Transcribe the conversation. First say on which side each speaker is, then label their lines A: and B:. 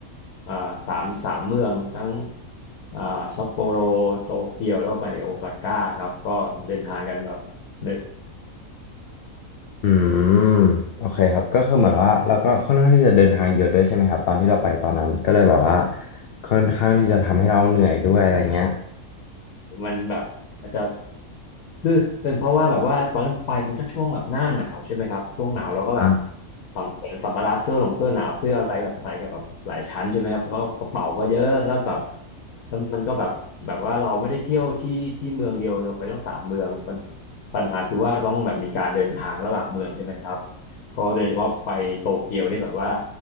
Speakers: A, on the left; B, on the left.
A: อ่าสามสามเมืองทั้งอ่าซัปโปโรโตเกียวแล้วก็ไปโอซาก้าครับก็เดินทางกันแบบเหนื่อย
B: อืมโอเคครับก็คือเหมือนว่าเราก็ค่อนข้างที่จะเดินทางเยอะด้วยใช่ไหมครับตอนที่เราไปตอนนั้นก็เลยแบบว่าค่อนข้างที่จะทำให้เราเหนื่อยด้วยอะไรเงี้ย
A: มันแบบอาจจะด้วยเป็นเพราะว่าแบบว่าตอนไปมันก็ช่วงแบบหน้าหนาวใช่ไหมครับช่วงหนาวเราก็แบบ
B: อ่า
A: สัมเห็นสัมภาระเสื้อหลงเสื้อหนาวเสื้ออะไรแบบใส่กับแบบหลายชั้นใช่ไหมครับแล้วก็กระเป๋าก็เยอะแล้วแบบแล้วมันก็แบบแบบว่าเราไม่ได้เที่ยวที่ที่เมืองเดียวเราไปต้องสามเมืองปัญปัญหาคือว่าต้องแบบมีการเดินทางระหว่างเมืองใช่ไหมครับก็โดยเฉพาะไปโตเกียวนี่แบบว่า